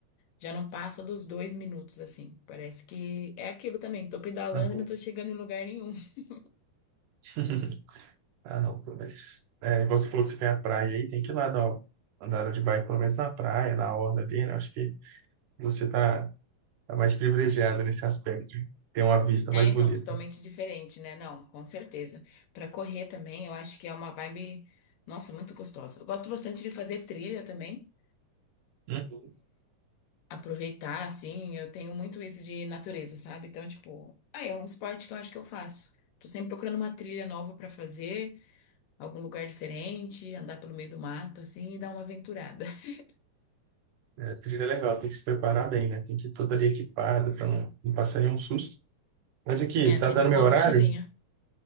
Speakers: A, on the left; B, on the right.
A: Já não passa dos dois minutos, assim. Parece que é aquilo também. Tô pedalando
B: Aham.
A: e não tô chegando em lugar nenhum. <laughs>
B: <laughs> Ah, não, pô, mas é, igual você falou que você tem a praia aí, tem que ir lá dar uma andada de bike, pelo menos na praia, na orla ali, né? Acho que você tá, tá mais privilegiado nesse aspecto, de ter uma vista
A: É,
B: mais
A: então,
B: bonita.
A: totalmente diferente, né? Não, com certeza. Pra correr também, eu acho que é uma vibe, nossa, muito gostosa. Eu gosto bastante de fazer trilha também.
B: Uhum.
A: aproveitar, assim, eu tenho muito isso de natureza, sabe? Então, tipo, aí é um esporte que eu acho que eu faço. Tô sempre procurando uma trilha nova pra fazer, algum lugar diferente, andar pelo meio do mato, assim, e dar uma aventurada. <laughs>
B: É, trilha é legal, tem que se preparar bem, né? Tem que ir todo ali equipado para não, não passar nenhum susto. Mas aqui,
A: É,
B: tá
A: sempre
B: dando
A: com
B: meu
A: uma
B: horário,
A: mochilinha.